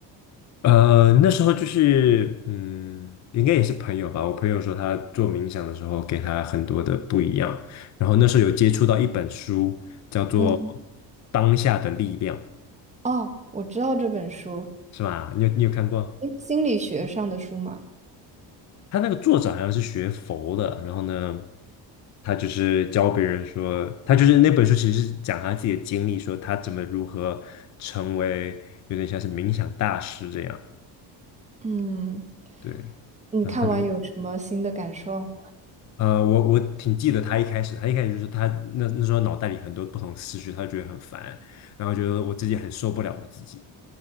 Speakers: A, on the left; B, on the right.
A: 呃，那时候就是，嗯，应该也是朋友吧。我朋友说他做冥想的时候，给他很多的不一样。然后那时候有接触到一本书，叫做
B: 嗯，
A: 《当下的力量》，
B: 哦，我知道这本书，
A: 是吧？你有你有看过？
B: 诶心理学上的书嘛。
A: 他那个作者好像是学佛的，然后呢，他就是教别人说，他就是那本书其实是讲他自己的经历，说他怎么如何成为有点像是冥想大师这样。
B: 嗯，
A: 对，
B: 你看完有什么新的感受？
A: 然后他就。呃，我我挺记得他一开始，他一开始就是他那那时候脑袋里很多不同的思绪，他就觉得很烦，然后觉得我自己很受不了我自己，